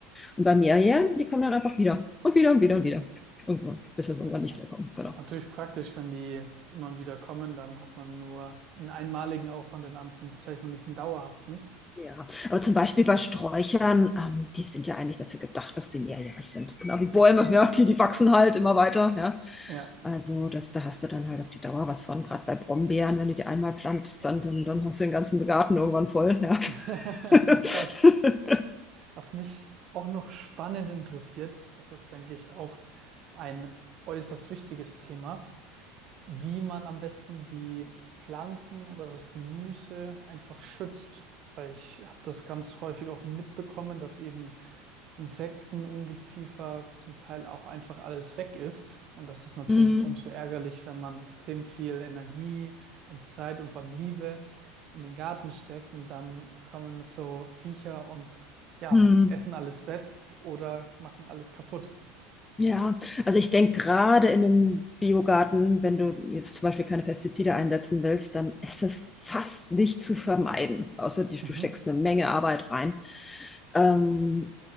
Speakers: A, on the left; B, on the right.
A: Und bei mehrjährigen, die kommen dann einfach wieder und wieder und wieder und wieder. Irgendwann, bis sie irgendwann
B: Das
A: nicht
B: hat,
A: wiederkommen. Genau.
B: das ist natürlich praktisch, wenn die immer wieder kommen, dann hat man nur einen einmaligen Aufwand in Anführungszeichen und nicht einen dauerhaften.
A: Ja, aber zum Beispiel bei Sträuchern, ähm, die sind ja eigentlich dafür gedacht, dass die mehrjährig sind. Genau wie Bäume, <laughs> ja, die, die wachsen halt immer weiter, ja.
B: Ja,
A: Also das, da hast du dann halt auf die Dauer was von, gerade bei Brombeeren, wenn du die einmal pflanzt, dann, dann, dann hast du den ganzen Garten irgendwann voll, ja.
B: <laughs>
A: <laughs>
B: krass. Was mich auch noch spannend interessiert, das ist, denke ich, auch ein äußerst wichtiges Thema. wie man am besten die Pflanzen oder das Gemüse einfach schützt. Weil ich habe das ganz häufig auch mitbekommen, dass eben Insekten, Ungeziefer zum Teil auch einfach alles weg ist. Und das ist natürlich
A: Hm,
B: umso ärgerlich, wenn man extrem viel Energie und Zeit und vor allem Liebe in den Garten steckt und dann kommen so Viecher und ja,
A: hm.
B: essen alles weg oder machen alles kaputt.
A: Ja, also ich denke gerade in einem Biogarten, wenn du jetzt zum Beispiel keine Pestizide einsetzen willst, dann ist das fast nicht zu vermeiden, außer die, du
B: Mhm.
A: steckst eine Menge Arbeit rein. Ähm,